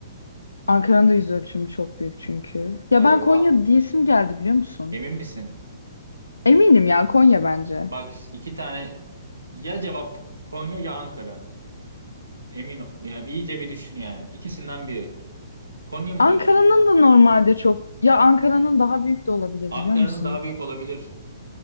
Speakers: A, on the left; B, on the right.
A: Ankara'nın da yüz ölçümü çok büyük çünkü. Ya
B: Acaba
A: ben Konya diyesim geldi biliyor musun?
B: emin misin?
A: Eminim ya Konya bence.
B: Bak iki tane ya cevap Konya ya Ankara. Emin ol- yani iyice bir düşün yani. İkisinden biri. Konya mı
A: Ankara'nın
B: diyorsun?
A: da normalde çok ya Ankara'nın daha büyük de olabilir
B: Ankara'nın
A: biliyor musun?
B: daha büyük olabilir.